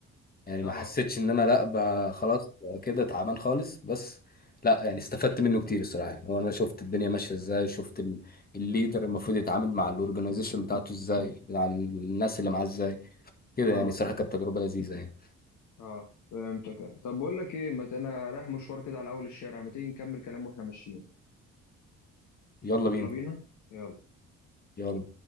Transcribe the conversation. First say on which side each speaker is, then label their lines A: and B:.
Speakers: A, on the left; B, on the left.
A: يعني
B: اه
A: ما حسيتش ان انا لا ب- خلاص كده تعبان خالص بس لا يعني استفدت منه كتير الصراحه يعني وانا شفت الدنيا ماشيه ازاي شفت ال- الليدر المفروض يتعامل مع الاورجنايزيشن بتاعته ازاي مع الناس اللي معاه ازاي كده
B: اه
A: يعني صراحه كانت تجربه لذيذه يعني
B: اه فهمتك طب بقول لك ايه ما ت- انا رايح مشوار كده على اول الشارع ما تيجي نكمل كلام واحنا ماشيين
A: يلا
B: يلا
A: بينا
B: بينا يلا
A: يلا